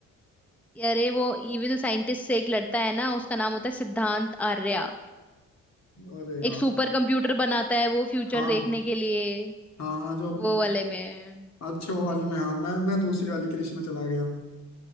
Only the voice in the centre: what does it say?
अरे वो इविल साइंटिस्ट से एक लड़ता है ना उसका नाम होता है सिद्धांत आर्या
एक सुपर कंप्यूटर बनाता है वो फ्यूचर
देखने के लिए
वो वाले में